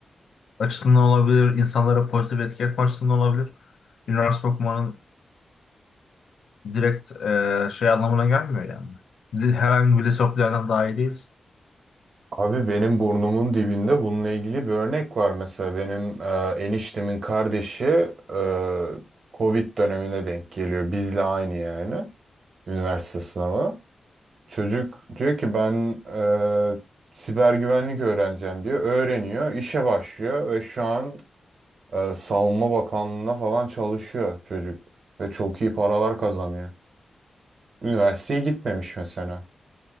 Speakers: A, on the left; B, on the right.
A: açısından olabilir, insanlara pozitif etki etme açısından olabilir. Üniversite okumanın direkt e, şey anlamına gelmiyor yani. Li- Herhangi bir lise okuyandan daha iyi değiliz.
B: abi benim burnumun dibinde bununla ilgili bir örnek var mesela benim e, eniştemin kardeşi e, Covid dönemine denk geliyor. Bizle aynı yani üniversite sınavı. Çocuk diyor ki ben e, siber güvenlik öğreneceğim diyor. Öğreniyor, işe başlıyor ve şu an e, Savunma Bakanlığı'na falan çalışıyor çocuk. Ve çok iyi paralar kazanıyor. Üniversiteye gitmemiş mesela.